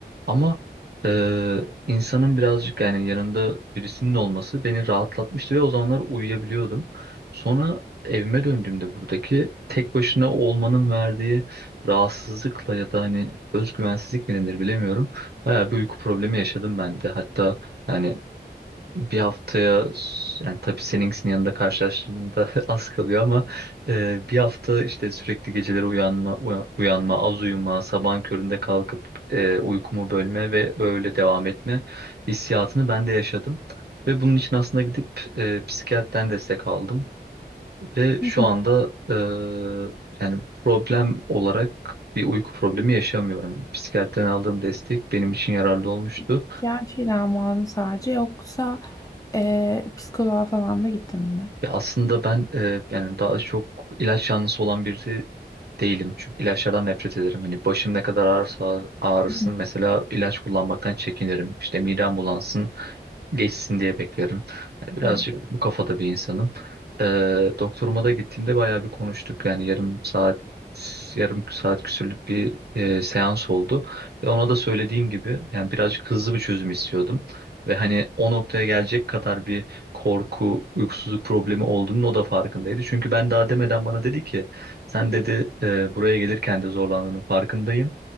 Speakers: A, on the right; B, on the left.
A: Ama e, insanın birazcık yani yanında birisinin olması beni rahatlatmıştı ve o zamanlar uyuyabiliyordum. Sonra evime döndüğümde buradaki tek başına olmanın verdiği rahatsızlıkla ya da hani özgüvensizlik mi denir bilemiyorum. Bayağı bir uyku problemi yaşadım ben de. Hatta yani bir haftaya yani tabii seninkisinin yanında karşılaştığımda <laughs> az kalıyor ama e, bir hafta işte sürekli geceleri uyanma, uya- uyanma, az uyuma, sabahın köründe kalkıp e, uykumu bölme ve öyle devam etme hissiyatını ben de yaşadım. Ve bunun için aslında gidip e, psikiyatriden destek aldım. Ve
B: Hı
A: şu
B: hı.
A: anda eee, yani problem olarak bir uyku problemi yaşamıyorum. Psikiyatriden aldığım destek benim için yararlı olmuştu.
B: Psikiyatri dermanı sadece yoksa ee, psikoloğa falan da gittin mi?
A: Ya aslında ben eee, yani daha çok ilaç yanlısı olan birisi değilim. Çünkü ilaçlardan nefret ederim. Hani başım ne kadar ağrırsa ağrısın
B: Hı hı.
A: mesela ilaç kullanmaktan çekinirim. İşte midem bulansın geçsin diye beklerim. Yani birazcık
B: Evet.
A: bu kafada bir insanım. Ee, doktoruma da gittiğimde bayağı bir konuştuk. Yani yarım saat yarım saat küsürlük bir e, seans oldu. Ve ona da söylediğim gibi yani birazcık hızlı bir çözüm istiyordum. Ve hani o noktaya gelecek kadar bir korku, uykusuzluk problemi olduğunun o da farkındaydı. Çünkü ben daha demeden bana dedi ki sen dedi "e, buraya gelirken de zorlandığının farkındayım.